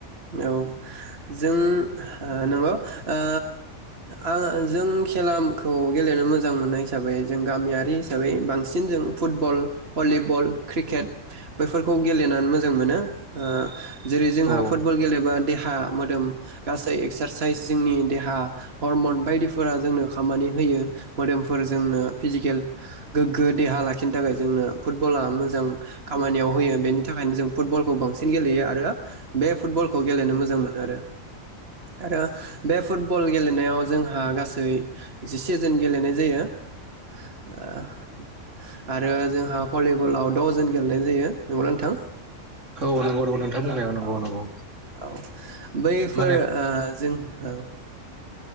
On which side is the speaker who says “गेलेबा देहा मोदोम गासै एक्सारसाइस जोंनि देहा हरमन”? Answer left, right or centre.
Right